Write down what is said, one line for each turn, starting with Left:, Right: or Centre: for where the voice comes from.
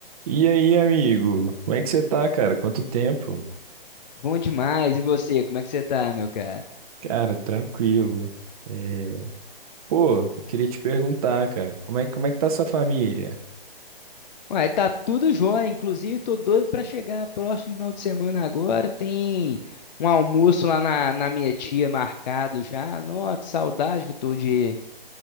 Right: E aí, amigo? Como é que você tá, cara? Quanto tempo?
Left: Bom demais. E você, como é que você tá, meu cara?
Right: Cara, tranquilo. É, Pô, queria te perguntar, cara, como é, como é que tá sua família?
Left: Ué, tá tudo jóia. Inclusive, tô doido pra chegar próximo final de semana agora. Tem um almoço lá na, na minha tia marcado já. Nossa, que saudade que eu tô de